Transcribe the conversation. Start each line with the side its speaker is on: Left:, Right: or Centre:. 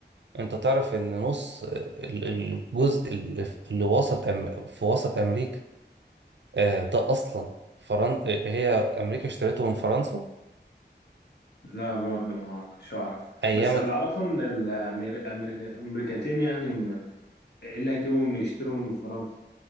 Right: أنت تعرف إن نص آه، ال- الجزء اللي في اللي وسط أم- في وسط أمريكا آه، ده أصلا فرن... آه، هي أمريكا اشتريته من فرنسا
Left: لا برضه ما كنتش اعرف
Right: ايام
Left: بس اللي اعرفه ان الامريكتين يعني م- ايه اللي هيجيبهم يشتروا من فرنسا